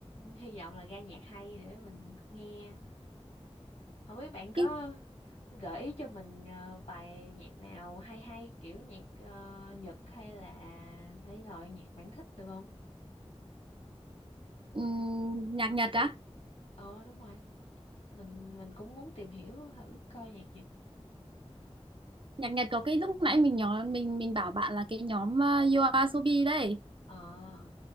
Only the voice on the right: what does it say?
Cái
ừm, nhạc Nhật á?
Nhạc Nhật có cái lúc nãy mình nhỏ mình mình bảo bạn là cái nhóm uh, You Are Sobi đấy.